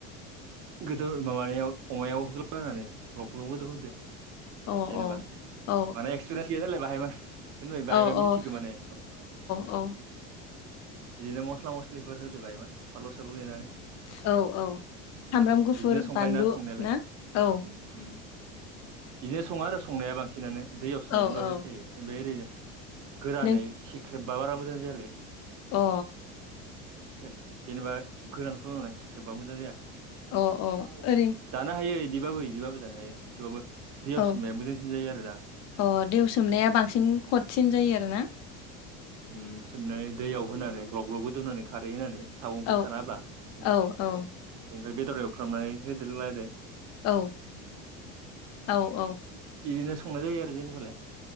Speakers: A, on the right (about 55°); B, on the left (about 50°).
A: गोदो माबानायाव अमायाव होग्लानै ग्लब ग्लब गोदौ होदो
B: औ
A: जेनबा
B: औ
A: माने एक्सपिरियेस गैया नालाय बाहय मा होनबाय बाहाय
B: औ औ
A: मिथिगो माने स
B: औ
A: बिदिनो मस्ला मस्लिफोर होदो बाहायमान फालु सालु देनानै।
B: औ औ
A: <inaudible>
B: सामब्राम गुफुर
A: बिदिनो संखायो
B: बानलु
A: ना संनायालाय
B: ना औ
A: ओम ओम बिदिनो सङो आरो संनाया बांसिनानो दैआव सोमाना
B: औ
A: दोनबा
B: औ
A: मोजांसिन जायो ओमफ्राय ओरैनो गोरानै
B: नों
A: सिख्रेबबा बारा मोजां जायालै
B: अ
A: सिख्रे जेनेबा गोरान खालामनानै सिक्रेबा मोजां जाया।
B: अ अ ओरैनो
A: जानो हायो इदिबाबो इदिबाबो जानो हायो थेवबाबो दैयाव
B: औ
A: सोमनाया मोजांसिन जायो
B: <inaudible>
A: आरोना
B: औ दैेआव सोमनाया बांसिन खदसिन जायो आरोना।
A: उम सोमनानै दैयाव होनानै ग्लब ग्लब गोदौनानै खारै होनानै सागंखौ
B: औ
A: सानाहोबा इनिफ्राय
B: औ औ
A: बेदर एवफ्रामनानै होदेर लायदो
B: औ <inaudible> औ औ
A: इदिनो संनाय जायो आरो जेनेबालाय